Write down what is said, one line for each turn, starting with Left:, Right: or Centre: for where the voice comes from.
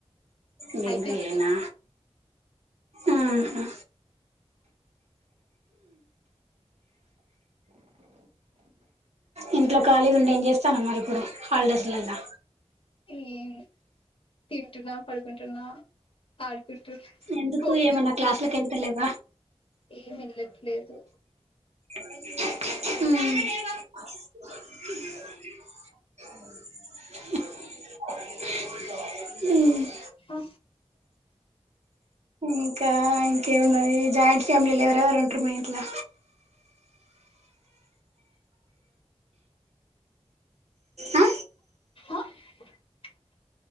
Right: మీకు
Left: అయిపోయింది
Right: ఏనా ఉహు ఇంట్లో ఖాళీగా ఉండి ఏం చేస్తాన మరి ఇప్పుడు హాలిడేస్లల
Left: ఏం తింటున్నా పడుకుంటున్నా ఆడుకుంటు
Right: ఎందుకు
Left: ఫోన్
Right: ఏమన్నా
Left: చూస్
Right: క్లాసులకు వెళ్తలేవా
Left: ఏం వెళ్లట్లేదు
Right: ఉ ఉ
Left: ఓ
Right: ఇంకా ఇంకేమున్నది జాయింట్ ఫ్యామిలీలు ఎవరెవరు ఉంటారు మీ ఇంట్లా ఆ
Left: ఆ ఆ